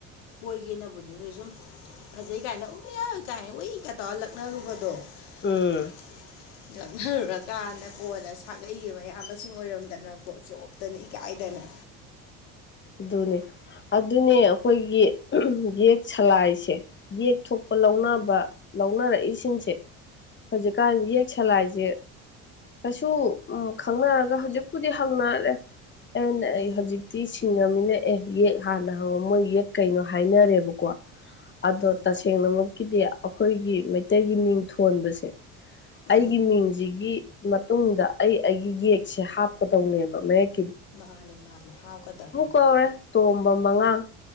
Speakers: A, on the left (about 85°); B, on the left (about 30°).
A: ꯀꯣꯏꯒꯦꯅꯕꯨꯗꯤ ꯅꯣꯏ ꯁꯨꯝ ꯐꯖꯩ ꯀꯥꯏꯅ ꯎꯏꯌꯥ ꯀꯥꯏ ꯎꯏꯀ ꯇꯧꯔ ꯂꯛꯅꯔꯨꯕꯗꯣ
B: ꯎꯝ
A: <inaudible> ꯂꯛꯅꯔꯨꯔꯀꯥꯟꯗ ꯀꯣꯟꯅ ꯁꯥꯒꯩꯒꯤ ꯃꯌꯥꯝꯕꯁꯤꯡ ꯑꯣꯏꯔꯝꯗꯅꯀꯣ ꯆꯣꯞꯇꯅ ꯏꯀꯥꯏꯗꯅ
B: ꯑꯗꯨꯅꯦ ꯑꯗꯨꯅꯦ ꯑꯩꯈꯣꯏꯒꯤ ꯌꯦꯛ ꯁꯂꯥꯏꯁꯦ ꯌꯦꯛ ꯊꯣꯛꯄ ꯂꯧꯅꯕ ꯂꯧꯅꯔꯛꯏꯁꯤꯡꯁꯦ ꯍꯧꯖꯤꯛꯀꯥꯟ ꯌꯦꯛ ꯁꯂꯥꯏꯖꯦ ꯀꯩꯁꯨ ꯎꯝ ꯈꯪꯅꯔꯒ ꯍꯧꯖꯤꯛꯄꯨꯗꯤ ꯍꯪꯅꯔꯦ ꯑꯩꯅ
A: ꯎꯝ
B: ꯑꯩ ꯍꯧꯖꯤꯛꯇꯤ ꯁꯤꯡꯉꯝꯅꯤꯅ ꯑꯦ ꯌꯦꯛ ꯍꯥꯟꯅ ꯍꯪꯉꫭ ꯃꯣꯏ ꯌꯦꯛ ꯀꯩꯅꯣ ꯍꯥꯏꯅꯔꯦꯕꯀꯣ ꯑꯗꯣ
A: ꯎꯝ
B: ꯇꯁꯦꯡꯅꯃꯛꯀꯤꯗꯤ ꯑꯈꯣꯏꯒꯤ ꯃꯩꯇꯩꯒꯤ ꯃꯤꯡ ꯊꯣꯟꯕꯁꯦ
A: ꯎꯝ
B: ꯑꯩꯒꯤ ꯃꯤꯡꯖꯤꯒꯤ ꯃꯇꯨꯡꯗ ꯑꯩ ꯑꯩꯒꯤ ꯌꯦꯛꯁꯦ ꯍꯥꯞꯀꯗꯧꯅꯦꯕ ꯃꯌꯦꯛ
A: ꯃꯥꯅꯦ ꯃꯥꯅꯦ ꯍꯥꯝꯀꯗꯥꯕ
B: ꯀꯧꯔꯦ ꯇꯣꯝꯕ ꯃꯉꯥꯡ